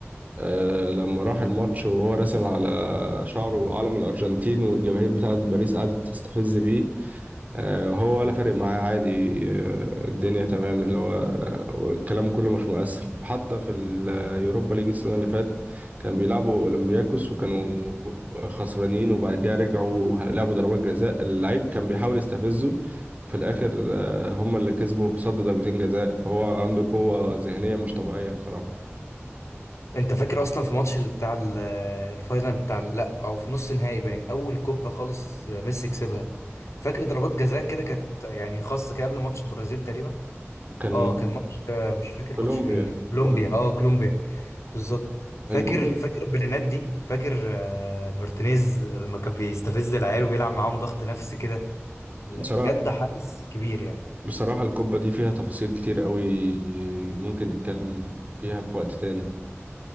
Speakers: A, on the right; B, on the left.
A: آه، لما راح الماتش وهو راسم على شعره علم الأرجنتين والجماهير بتاعت باريس قعدت تستفز فيه آه، وهو ولا فارق معاه عادي آه، الدنيا تمام اللي هو آه، الكلام كله مش مؤثر حتى في اليوروبا ليج السنة اللي فاتت كان بيلعبوا أولمبياكوس وكانوا آه، خسرانين وبعد كده رجعوا آه، لعبوا ضربات جزاء اللعيب كان بيحاول يستفزه في الآخر آه، هم اللي كسبوا صد ضربتين جزاء فهو عنده قوة ذهنية مش طبيعية بصراحة
B: انت فاكر اصلا في ماتش ال- بتاع ال- الفاينل بتاع ال- لا او في نص نهائي باين اول كوبا خالص ميسي كسبها فاكر ضربات جزاء كده كانت يعني خاصه كده قبل ماتش البرازيل تقريبا
A: كان
B: اه كان ماتش آه، مش فاكر
A: كولومبيا
B: ماتش مين يعني كولومبيا
A: كولومبيا
B: اه كولومبيا بالظبط فاكر
A: الكوبا
B: فاكر بلينات دي فاكر آه، مارتينيز لما كان بيستفز العيال وبيلعب معاهم ضغط نفسي كده لا،
A: بصراحة
B: بجد حدث كبير يعني
A: بصراحة القبة دي فيها تفاصيل كتير قوي ممكن نتكلم فيها في وقت تاني